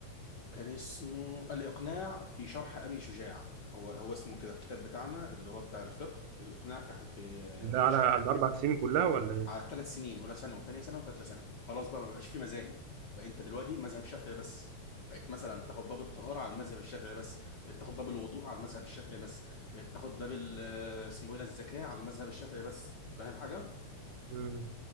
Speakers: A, on the left (about 70°); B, on the right (about 85°).
A: كان اسمه الإقناع في شرح أبي شجاع هو هو اسمه كده الكتاب بتاعنا اللي هو بتاع الفقه الإقناع في في آه،
B: ده
A: في
B: على
A: شرح
B: على الاربع سنين كلها ولا ايه
A: على ثلاث سنين اولى ثانوي وثانيه ثانوي وثالثه ثانوي خلاص بقى ما بقاش في مذاهب بقى انت دلوقتي مذهب شافعي بس بقيت مثلا تاخد باب الطهاره على المذهب الشافعي بس بقيت تاخد باب الوضوء على المذهب الشافعي بس بقيت تاخد باب ال- اسمه ايه ده الزكاه على المذهب الشافعي بس فاهم حاجه
B: امم